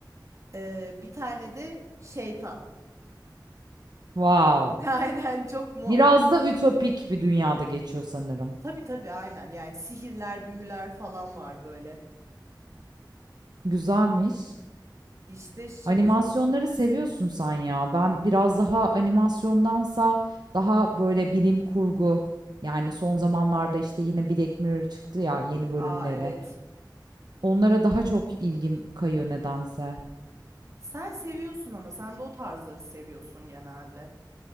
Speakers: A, on the right; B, on the right.
A: e, bir tane de şeytan.
B: Wow.
A: <laughs> Aynen çok mu
B: Biraz da ütopik bir dünyada geçiyor sanırım.
A: tabii tabii aynen yani sihirler, büyüler falan var böyle.
B: Güzelmiş.
A: İşte şey,
B: Animasyonları seviyorsun sen ya. Ben biraz daha animasyondansa daha böyle bilim kurgu yani son zamanlarda işte yine Black Mirror çıktı ya yeni bölümleri.
A: aa evet.
B: Onlara daha çok ilgim kayıyor nedense.
A: Sen seviyorsun ama sen de o tarzları seviyorsun genelde.